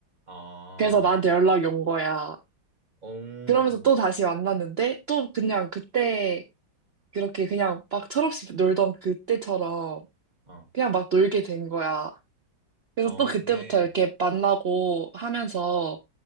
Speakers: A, on the right; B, on the right.
A: 아,
B: 그래서 나한테
A: 어,
B: 연락이 온 거야.
A: 어,
B: 그러면서 또 다시 만났는데, 또 그냥 그때, 그렇게 그냥 막 철없이 놀던 그때처럼
A: 어,
B: 그냥 막 놀게 된 거야. 그래서
A: 어,
B: 또 그때부터
A: 좋네.
B: 이렇게 만나고 하면서